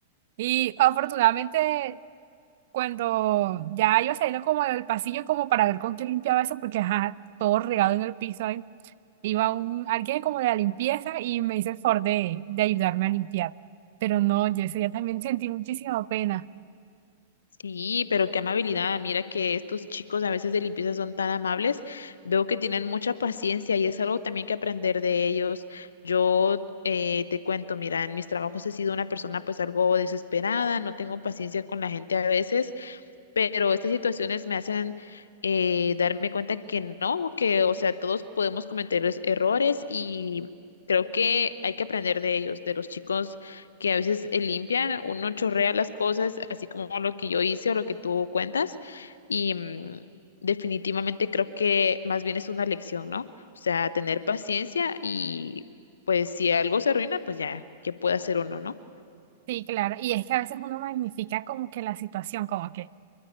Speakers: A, on the right (about 55°); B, on the left (about 75°).
A: Y afortunadamente, cuando ya iba saliendo como del pasillo como para ver con qué limpiaba eso, porque, ajá, todo regado en el piso, ahí, iba un, alguien como de la limpieza y me hizo el favor de, de ayudarme a limpiar. Pero no, yo ese día también sentí muchísima pena.
B: Sí, pero qué amabilidad. Mira que estos chicos a veces de limpieza son tan amables. Veo que tienen mucha paciencia y es algo también que aprender de ellos. Yo eh, te cuento, mira, en mis trabajos he sido una persona pues algo desesperada, no tengo paciencia con la gente a veces pero estas situaciones me hacen eh, darme cuenta que no, que, o sea, todos podemos cometer es- errores y creo que hay que aprender de ellos, de los chicos que a veces eh, limpian, uno chorrea las cosas, así como lo que yo hice o lo que tú cuentas, y mm, definitivamente creo que más bien es una lección, ¿no? O sea, tener paciencia y pues si algo se arruina, pues ya, ¿qué puede hacer uno, no?
A: Sí, claro, y es que a veces uno magnifica como que la situación, como que...